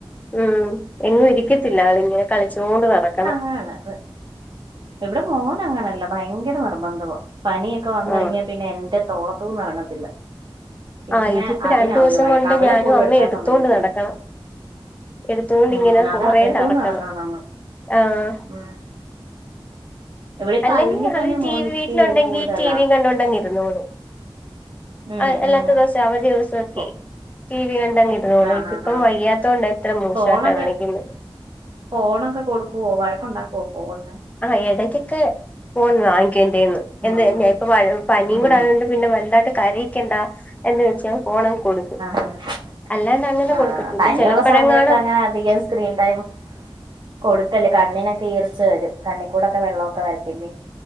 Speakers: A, on the left; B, on the right.
A: ഉം എങ്ങും ഇരിക്കത്തില്ല. ആളിങ്ങനെ കളിച്ചോണ്ട് നടക്കണം.
B: ആണ്, അത് ഇവിടെ മോന് അങ്ങനെയല്ല ഭയങ്കര നിർബന്ധവാ. പനിയൊക്കെ വന്ന്
A: ആഹ്
B: കഴിഞ്ഞാൽ പിന്നെ എന്റെ തോളത്തൂന്ന് എറങ്ങത്തില്ല. പിന്നെ
A: ആഹ്, ഇതിപ്പോ
B: അതിനാ
A: രണ്ടു ദിവസം
B: ഒരു വഴക്ക്
A: കൊണ്ട്
B: അവളെ
A: ഞാനും
B: പോലും
A: അമ്മേം
B: എടുക്കാൻ
A: എടുത്തോണ്ട്
B: സമ്മതിക്കത്തില്ല
A: നടക്കണം. എടുത്തോണ്ടിങ്ങനെ
B: ഉം അതാ
A: കൊറേ
B: എടുത്തോണ്ട്
A: നടക്കണം
B: നമ്മൾ
A: ആഹ്
B: ഉം ഇവിടെ ഇപ്പ
A: അല്ലെങ്കിൽ
B: അല്ലെങ്കി
A: ആള്
B: തന്നെ
A: ടി
B: മോന്
A: വി
B: ഇച്ചിരി
A: വീട്ടിലുണ്ടെങ്കി
B: ഇത് കൂടുതലാ
A: ടിവിയും കണ്ടോണ്ടങ്ങ് ഇരുന്നോളും.
B: ഉം
A: അഹ് അല്ലാത്ത
B: ഉം
A: ദിവസെ അവധി ദിവസഒക്കെ.
B: ഫോ
A: ടി വി കണ്ടങ്ങ് ഇരുന്നോളും.
B: ആഹ്
A: ഇതിപ്പം
B: ആഹ് ആഹ്
A: വയ്യാത്തോണ്ടാ ഇത്ര മൂഷേട്ട
B: ഫോണൊക്കെ
A: കാണിക്കുന്നത്.
B: ഫോണൊക്കെ കൊടുക്കുവോ വഴക്കുണ്ടാക്കുവോ ഫോണിന്
A: ആഹ്, ഇടയ്ക്കൊക്കെ ഫോൺ വാങ്ങിക്കും എന്റെന്ന് എന്ന്,
B: ഉം
A: എന്ന് ഇപ്പ പനിയും
B: ആഹ്
A: കൂടെ ആയോണ്ട് പിന്നെ വല്ലാണ്ട കരയിക്കണ്ട എന്ന് വെച്ച് ഞാൻ ഫോണങ്ങ് കൊടുക്കും.
B: ആഹ്
A: അല്ലാണ്ട് അങ്ങനെ
B: ആഹ്
A: കൊടുക്കത്തില്ല.
B: പനിയുള്ള
A: ചെലപ്പഴെങ്ങാനും
B: സമയത്ത് അങ്ങനെ അധികം സ്ക്രീൻ ടൈം കൊടുക്കല്ലേ കണ്ണിനൊക്കെ ഈർച്ച വെരും. കണ്ണിക്കൂടൊക്കെ വെള്ളൊക്കെ വെരത്തില്ലേ.